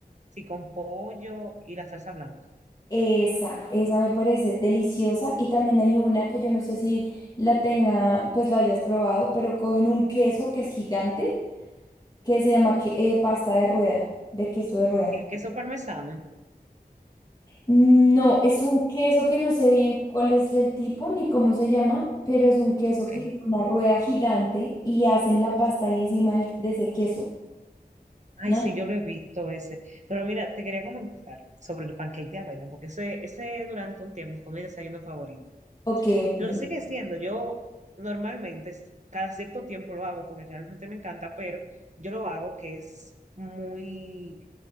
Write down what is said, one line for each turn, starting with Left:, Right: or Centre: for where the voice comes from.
Right: Sí, con pollo y la salsa blanca.
Left: Esa, esa me parece deliciosa. Y también hay una que yo no sé si la tenga, pues la hayas probado, pero cogen un queso que es gigante, que se llama que- eh, pasta de rueda, de queso de rueda.
Right: El queso parmesano.
Left: No, es un queso que no sé bien cuál es el tipo ni cómo se llama, pero es un queso
Right: Ok.
Left: que es una rueda gigante y hacen la pasta ahí encima del- de ese queso,
Right: Ay,
Left: ¿no?
Right: sí, yo lo he visto ese. Pero mira, te quería comentar sobre el pancake de avena, porque ese, ese durante un tiempo fue mi desayuno favorito.
Left: Ok, ok.
Right: Y lo sigue siendo. Yo normalmente s- cada cierto tiempo lo hago porque realmente me encanta, pero yo lo hago que es muy